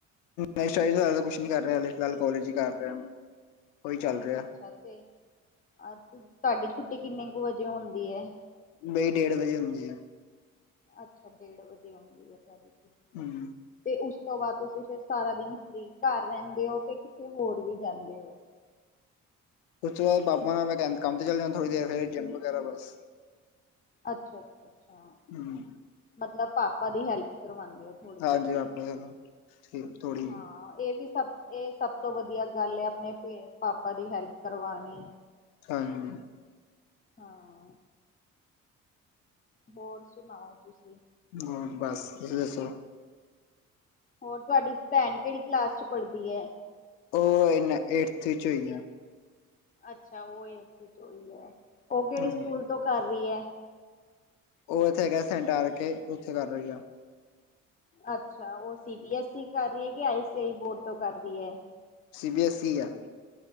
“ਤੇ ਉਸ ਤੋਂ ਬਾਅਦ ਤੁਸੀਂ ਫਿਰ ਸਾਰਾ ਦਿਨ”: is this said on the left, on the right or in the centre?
Left